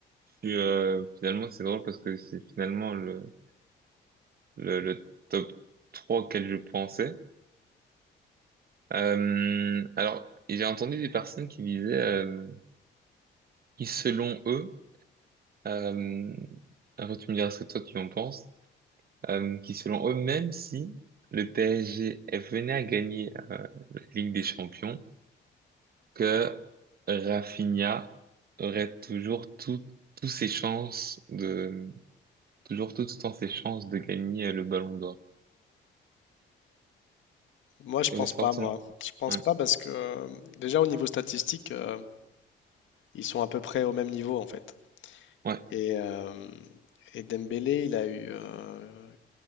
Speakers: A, on the right; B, on the left.
A: Puis, euh, finalement, c'est drôle parce que c'est finalement le, le, le top 3 auquel je pensais. Euh, alors, j'ai entendu des personnes qui disaient euh, qui selon eux, euh, après tu me diras ce que toi tu en penses, euh, qui selon eux, même si le PSG venait à gagner euh, la Ligue des Champions, que Rafinha aurait toujours tout, tous ses chances de, toujours tout, tout le temps ses chances de gagner euh, le Ballon d'Or.
B: Moi, je
A: Et
B: pense
A: le sortant.
B: pas, moi. Je pense
A: Ouais,
B: pas parce que euh, déjà au niveau statistique, euh, ils sont à peu près au même niveau en fait.
A: ouais,
B: Et, euh, et Dembélé, il a eu euh,